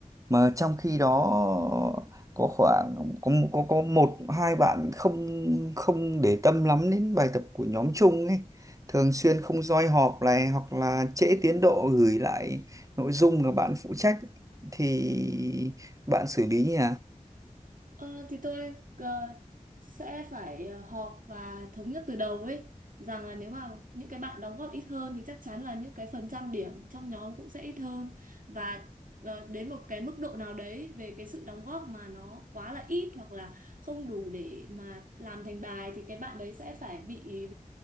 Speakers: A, on the right; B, on the right.
A: mà trong khi đó có khoảng có có có một hai bạn không không để tâm lắm đến bài tập của nhóm chung ấy thường xuyên không roi họp này hoặc là trễ tiến độ gửi lại nội dung mà bạn phụ trách thì bạn xử lý nhỉ
B: Ờ, thì tôi ờ, sẽ phải ờ, họp và thống nhất từ đầu ấy rằng là nếu mà những cái bạn đóng góp ít hơn thì chắc chắn là những cái phần trăm điểm trong nhóm cũng sẽ ít hơn và ờ, đến một cái mức độ nào đấy về cái sự đóng góp mà nó quá là ít hoặc là không đủ để mà làm thành bài thì cái bạn đấy sẽ phải bị